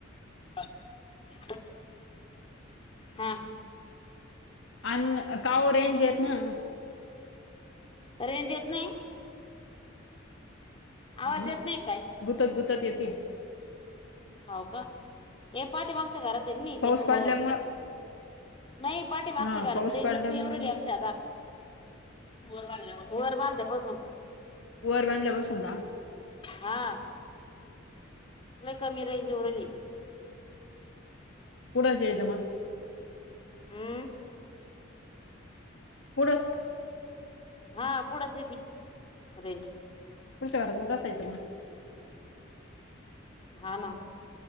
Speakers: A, on the left (about 30°); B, on the left (about 70°).
A: बसा हा
B: आन का ओ रेंज येत ना?
A: रेंज येत नाही?
B: हम्म
A: आवाज येत नाही काय?
B: गुतत गुतत येतीये.
A: हाव का हे पाठी मागच्या घरात त्यनी
B: पाऊस
A: त्याच्यामुळं
B: पडल्यामुळं
A: तस, नाही पाठीे मागच्या
B: हा
A: घरात
B: पाऊस
A: रेंजच
B: पडल्यामुळे
A: नाही येऊ राहिली
B: पण
A: आमच्या आता. वर बांधल्यापासून, वर बांधल्यापासून.
B: वर बांधल्यापासून का.
A: हा लई कमी रेंज येऊ राहिली.
B: पुढंच यायचं मग.
A: अं..
B: पुढंच
A: हा पुढंच येती रेंज.
B: पुढच्या घरातच बसायचं मग,
A: हा ना